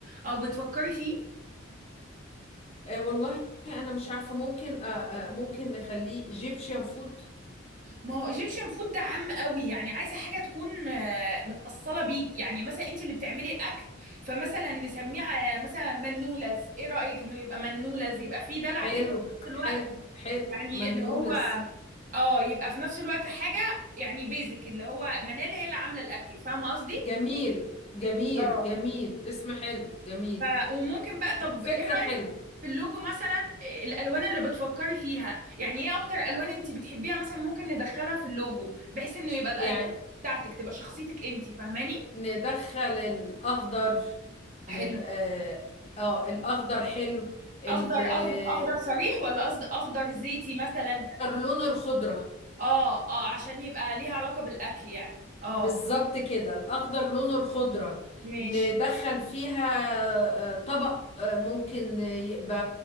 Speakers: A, on the right; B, on the left.
A: او بتفكري فيه
B: آه والله انا مش عارفة ممكن آه آه ممكن نخليه ايجيبشن فود
A: ما هو ايجيبشن فود ده عام قوي يعني عايزه حاجه تكون آه، متاصله بيك يعني مثلا انت اللي بتعملي الاكل فمثلا نسميه على مثلا منولز ايه رايك انه يبقى منولز يبقى فيه دلع
B: حلو
A: كده في نفس الوقت
B: حلو حلو
A: يعني
B: منولز
A: اللي هو اه يبقى في نفس الوقت حاجه يعني بيزك اللي هو منال هي اللي عامله الاكل فاهمه قصدي
B: جميل جميل
A: اه
B: جميل اسم حلو جميل
A: ف وممكن بقى طب
B: فكرة
A: ايه
B: حلو
A: رايك في اللوجو مثلا آه، الالوان اللي بتفكري فيها يعني ايه اكتر الوان انت بتحبيها مثلا ممكن ندخلها في اللوجو بحيث انه يبقى الايدنتي
B: يعني
A: بتاعتك تبقى شخصيتك انت فاهماني
B: ندخل الأخضر
A: حلو
B: ند... آه... آه الأخضر حلو الأخضر
A: اخضر قصدك اخضر صريح ولا قصد اخضر زيتي مثلا
B: لون الخضرة
A: اه اه عشان يبقى ليها علاقة بالاكل يعني اه
B: بالظبط كده الأخضر لون الخضرة
A: ماشي
B: ندخل فيها آه، طبق آه، ممكن يبقى